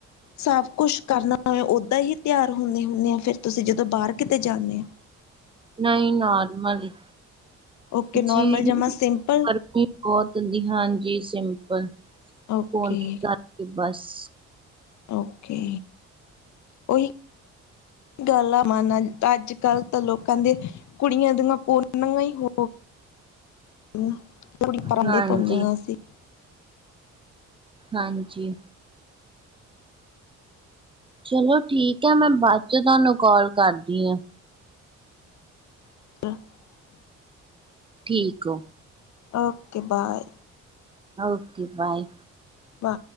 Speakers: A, on the left (about 65°); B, on the right (about 15°).
A: ਸਵ ਕੁਛ ਕਰਨਾ ਓਦਾ ਹੀ ਤਿਆਰ ਹੁੰਨੇ-ਹੁੰਨੇ ਔ ਫੇਰ ਤੁਸੀਂ ਜਦੋਂ ਬਾਹਰ ਕਿਤੇ ਜਾਨੇ ਔ।
B: ਨਈ ਨੋਰਮਲ ਈ
A: ਓਕੇ ਨੋਰਮਲ
B: ਜੀ <unintelligible>
A: ਜਮਾ ਸਿੰਪਲ
B: ਬੋਤ ਨੀ ਹਾਂਜੀ ਸਿੰਪਲ
A: ਓਕੇ
B: ਪੋਨੀ ਕਰਕੇ ਬਸ।
A: ਔਕੇ ਔਈ ਗਾਲਾਂ ਮਨਨ ਅੱਜ ਕੱਲ੍ਹ ਤਾਂ ਲੋਕਾਂ ਦੇ ਕੁੜੀਆਂ ਦੀਆਂ ਪੋਨੀਆ ਹੀ ਹੋ <unintelligible> ਪਰਾਂਦੇ
B: ਹਾਂਜੀ
A: ਪਾਉਂਦੀਆਂ ਸੀਂ।
B: ਹਾਂਜੀ। ਚਲੋ ਠੀਕ ਏ ਮੈਂ ਬਾਦ 'ਚ ਤੁਆਨੂੰ ਕਾਲ ਕਰਦੀ ਆ।
A: <unintelligible>
B: ਠੀਕ ਔ।
A: Okay bye.
B: Okay bye.
A: ਬਾ